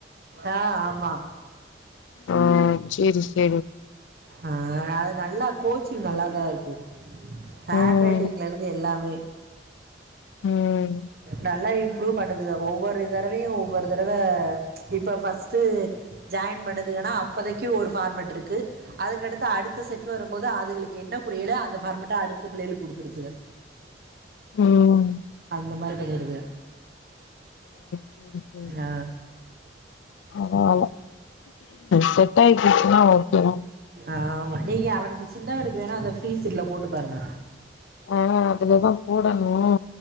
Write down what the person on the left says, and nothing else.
ஆ செரி செரி
ம்,
ம்
ம்
சேரி, சேரி.
பரவால்ல செட் ஆயி போய்ட்ச்சுன்னா ஓகே தா
ஆ அதுலதா போடணும்